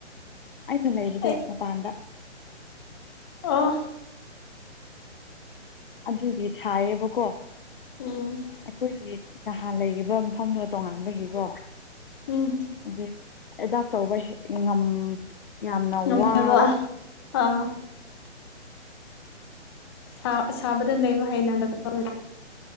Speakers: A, on the left; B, on the left.
A: ꯑꯩꯅ ꯂꯩꯕꯗꯣ
B: ꯑꯩ
A: ꯃꯄꯥꯟꯗ
B: ꯑꯣ
A: ꯑꯗꯨꯒꯤ ꯁꯥꯏꯌꯦꯕꯀꯣ
B: ꯎꯝ
A: ꯑꯩꯈꯣꯏꯒꯤ ꯅꯍꯥꯟ ꯂꯩꯔꯤꯕ ꯃꯐꯝꯗꯣ ꯇꯣꯉꯥꯟꯕꯒꯤꯀꯣ
B: ꯎꯝ
A: ꯑꯗꯨꯒꯤ ꯑꯦꯗꯥꯞ ꯇꯧꯕꯩ ꯉꯝ ꯌꯥꯝꯅ
B: ꯉꯝꯗꯕ
A: ꯋꯥꯕ
B: ꯑꯥ ꯁꯥ ꯁꯥꯕꯗ ꯂꯩꯕ ꯍꯩꯅ <unintelligible>